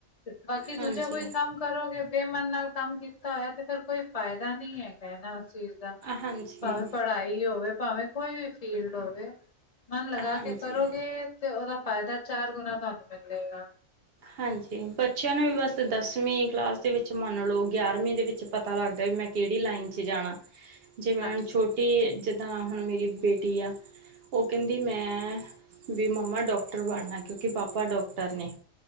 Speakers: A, on the left; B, on the right.
A: ਬਾਕੀ ਦੂਜਾ
B: ਹਾਂਜੀ
A: ਕੋਈ ਕੰਮ ਕਰੋਗੇ ਬੇਮਨ ਨਾਲ ਕੰਮ ਕੀਤਾ ਹੋਇਆ ਤੇ ਫੇਰ ਕੋਈ ਫਾਇਦਾ ਨਹੀਂ ਹੈ। ਹੈ ਨਾ ਉਸ ਚੀਜ਼ ਦਾ
B: ਹਾਂਜੀ
A: ਭਾਵੇਂ ਪੜ੍ਹਾਈ ਹੋਵੇ ਭਾਵੇਂ ਕੋਈ ਵੀ ਫੀਲਡ ਹੋਵੇ ਮਨ ਲਗਾ
B: ਹਾਂਜੀ
A: ਕੇ ਕਰੋਗੇ ਤੇ ਉਹਦਾ ਫਾਇਦਾ ਚਾਰ ਗੁਣਾ ਤੁਹਾਨੂੰ ਮਿਲੇਗਾ
B: ਹਾਂਜੀ ਬੱਚਿਆਂ ਨੂੰ ਵੀ ਬਸ ਦਸਵੀਂ ਕਲਾਸ ਵਿੱਚ ਮੰਨ ਲਓ ਗਿਆਰਵੀਂ ਦੇ ਵਿੱਚ ਪਤਾ ਲੱਗਦਾ ਵੀ ਮੈਂ ਕਿਹੜੀ ਲਾਈਨ ਚ ਜਾਣਾ ਜੀਵੇਂ
A: ਹਾਂਜੀ,
B: ਹੁਣ ਛੋਟੀ ਇਹ ਜਿੱਦਾਂ ਹੁਣ ਮੇਰੀ ਬੇਟੀ ਆ ਉਹ ਕਹਿੰਦੀ ਮੈਂ ਵੀ ਮੰਮਾ ਡਾਕਟਰ ਬਣਨਾ ਕਿਉਂਕਿ ਪਾਪਾ ਡਾਕਟਰ ਨੇ